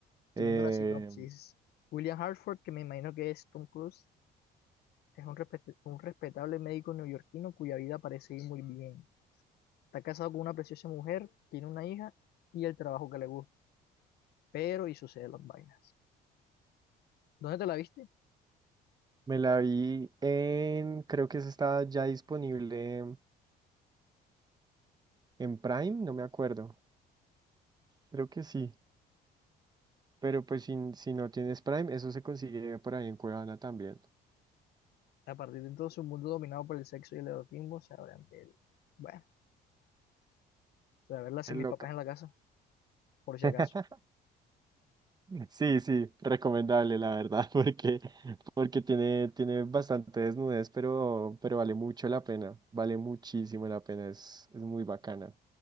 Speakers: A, on the left; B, on the right.
A: Estoy
B: Eh,
A: viendo la sinopsis. William Hartford, que me imagino que es Tom Cruise, Es un, respet- un respetable médico neoyorquino cuya vida parece ir muy bien. Está casado con una preciosa mujer, tiene una hija y el trabajo que le gusta. Pero y suceden las vainas. ¿Dónde te la viste?
B: me la vi en, creo que esa estaba ya disponible en Prime, no me acuerdo, creo que sí, pero pues si, si no tienes Prime, eso se consigue por ahí en Cuevana también.
A: A partir de entonces, un mundo dominado por el sexo y el erotismo se abre ante él. Bueno, voy a verla sin
B: Es loca.
A: mis papás en la casa, por si
B: <laughs>
A: acaso.
B: Sí, sí, recomendable, la verdad, <laughs> porque, porque tiene, tiene bastante desnudez, pero, pero vale mucho la pena, vale muchísimo la pena, es, es muy bacana.